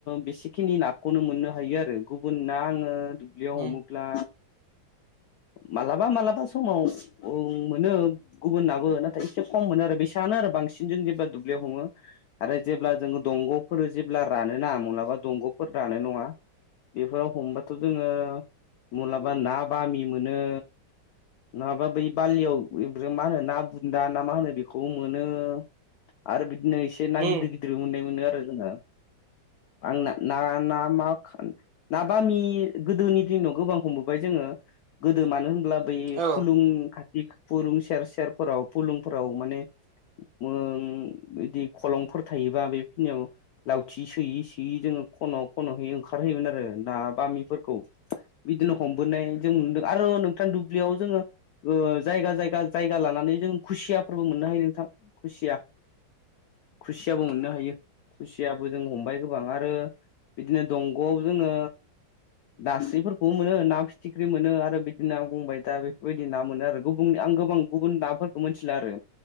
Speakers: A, on the left; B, on the right.
A: बेसेखिनि नाखौनो मोननो हायो आरो गुबुन ना आङो ब्लियाव
B: उम
A: हमोब्ला मालाबा मालाबा समाव मोनो गुबुन नाबो नाथाय एसे खम मोनो आरो बेसेङानो आरो बांसिनजों जेब्ला दुब्लियाव हमो आरो जेब्ला जोङो दंगफोर जेब्ला रानो ना मलाबा दंगफोर रानो नङा बेफोराव हमबाथ जोङो मलाबा ना बामि मोनो नङाबा बै बालियाव मा होनो ना बुन्दा ना मा होनो बेखौ मोनो आरो बिदिनो एसे ना
B: उम
A: गिदिर गिदिर मोननाय मोनो आरो जोङो आंना ना नामाखान ना बामि गोदोनि दिनाव गोबां हमबोबाय जोङो गोदो मानो होनब्ला बै
B: औ
A: फुलुं खाथि फुलुं सेर सेरफोराव फुलुंफोराव माने ओं बिदि खलंफोर थायोबा बेखिनियाव लावथि सोयै सोयै जोङो खन खनहै ओंखारहयोमोन आरो ना बामिफोरखौ बिदिनो हमबोनाय जों नुदों आरो नोंथां दुब्लियाव जोङो ओ जायगा जायगा जायगा लानानै जों खुसियाफोरबो मोननो हायो नोंथां खुसिया खुसियाबो मोननो हायो खुसियाबो जों हमबाय गोबां आरो बिदिनो दंगआव जोङो नास्रिफोरखौ मोनो ना फि थिख्रि मोनो आरो बिदिनो आं बुंबाय दा बेफोरबायदि ना मोनो आरो गुबुननि आं गोबां गुबुन नाफोरखौ मोनथिला आरो